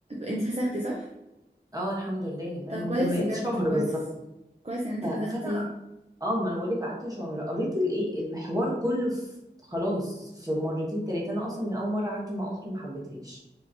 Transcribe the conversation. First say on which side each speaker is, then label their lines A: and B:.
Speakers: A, on the right; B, on the right.
A: انت فسختي صح
B: اه الحمد لله يعني
A: طب
B: انا ما
A: كويس
B: كملت
A: بجد
B: شهر
A: كويس
B: بالظبط
A: كويس ان انت
B: ف-
A: فسختي
B: فانا اه ما انا بقول لك قعدت شهر قريت الايه الحوار كله في خلاص في مرتين تلاتة انا اصلا من اول مره قعدت مع اخته ما حبيتهاش